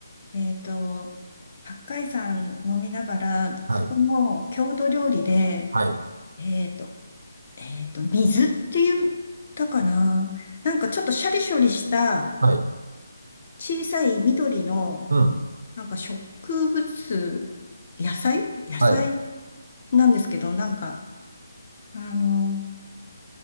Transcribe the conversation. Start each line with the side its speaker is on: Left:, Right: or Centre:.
Left: えっと、八海山飲みながら、
Right: はい。
Left: そこの郷土料理で、
Right: はい。
Left: えっと、えっと、水って言ったかな。なんかちょっとシャリシャリした
Right: はい。
Left: 小さい緑の、
Right: うん。
Left: なんか植物、野菜野菜
Right: はい。
Left: なんですけど、なんか、あの、